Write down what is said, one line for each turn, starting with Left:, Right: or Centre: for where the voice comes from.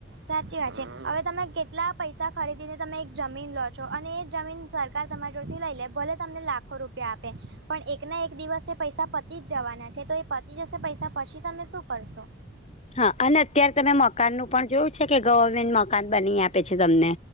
Right: સાચી વાત છે હવે તમે કેટલા પૈસા ખરીદીને તમે એક જમીન લો છો અને એ જમીન. સરકાર તમારી જોડથી લઈ લે ભલે તમને લાખો રૂપિયા આપે પણ એક ના એક દિવસ પૈસા પતિ જ જવાના છે તો એ પતિ જશે પૈસા પછી તમે શું કરશો?
Left: હા અને અત્યારે તમે મકાનનું પણ જોયું છે કે ગવર્મેન્ટ મકાન બની આપે છે તમને.